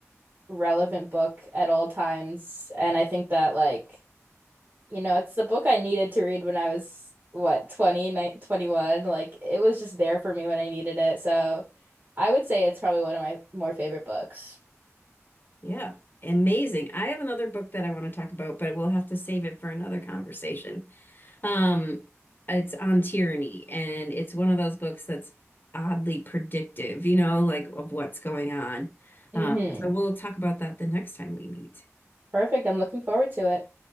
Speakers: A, on the right; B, on the left.
A: relevant book at all times. And I think that, like, you know, it's the book I needed to read when I was, what, 20, ni- 21. Like, it was just there for me when I needed it. So I would say it's probably one of my more favorite books.
B: yeah amazing I have another book that I want to talk about but we'll have to save it for another conversation Um, it's on tyranny, and it's one of those books that's oddly predictive, you know, like of what's going on. Uh,
A: hmm
B: so we'll talk about that the next time we meet.
A: Perfect. I'm looking forward to it.